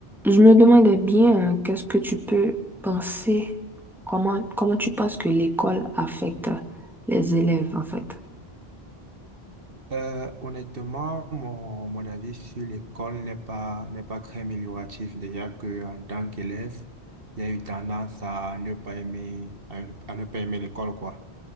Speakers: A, in the centre; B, on the right.
A: Je me demandais bien, euh, qu'est-ce que tu peux penser, comment, comment tu penses que l'école affecte euh, les élèves, en fait?
B: Euh, honnêtement, mon, mon avis sur l'école n'est pas, n'est pas très amélioratif. Déjà que en tant qu'élève, il y a eu tendance à ne pas aimer, à, à ne pas aimer l'école, quoi.